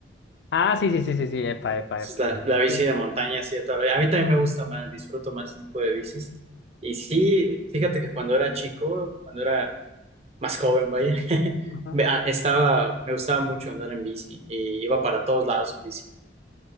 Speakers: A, on the left (about 65°); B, on the right (about 35°).
A: Ah, sí, sí, sí, sí, sí, epa, epa,
B: Esa
A: epa.
B: es la, la bici
A: Sí.
B: de montaña, sí, todavía. A mí también me gusta más, disfruto más ese tipo de bicis. Y sí, fíjate que cuando era chico, cuando era Más joven, vaya. <laughs>
A: Ajá.
B: Me- ah, Estaba, me gustaba mucho andar en bici y iba para todos lados en bici.